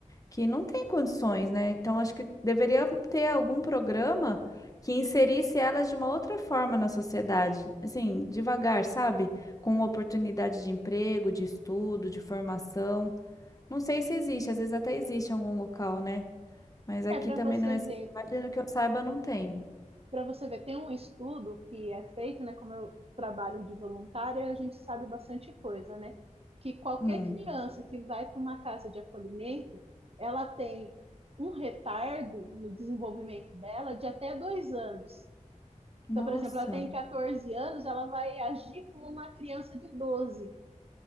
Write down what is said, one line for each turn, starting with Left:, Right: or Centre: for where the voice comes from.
Left: que não tem condições, né? Então, acho que deveria ter algum programa que inserisse elas de uma outra forma na sociedade, assim, devagar, sabe? Com oportunidade de emprego, de estudo, de formação. Não sei se existe, às vezes até existe em algum local, né? Mas aqui
Right: É para
Left: também
Right: você
Left: na minha cidade,
Right: ver
Left: que eu saiba, não tem.
Right: Para você ver, tem um estudo que é feito, né? Como eu trabalho de voluntária, a gente sabe bastante coisa, né? Que qualquer
Left: Hum.
Right: criança que vai para uma casa de acolhimento, ela tem um retardo no desenvolvimento dela de até dois anos.
Left: Nossa,
Right: Então, por exemplo, ela tem 14 anos, ela vai agir como uma criança de doze